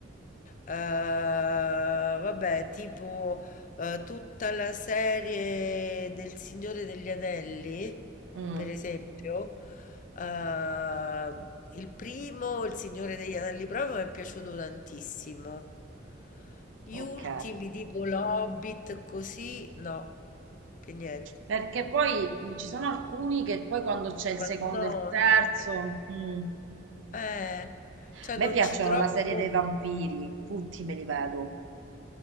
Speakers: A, on the left; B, on the right.
A: Eh, vabbè, tipo eh, tutta la serie del Signore degli Anelli,
B: Mm,
A: per esempio. Uhm, il primo, Il Signore degli Anelli proprio mi è piaciuto tantissimo. Gli
B: ok.
A: ultimi, tipo l'Hobbit, così, no, per niente.
B: Perché poi mm, ci sono alcuni che poi quando c'è il
A: Ma
B: secondo
A: no,
B: e il terzo...
A: io-
B: mm.
A: eh,
B: A
A: cioè
B: me
A: non
B: piacciono
A: ci trovo...
B: la serie dei vampiri, tutti me li vedo.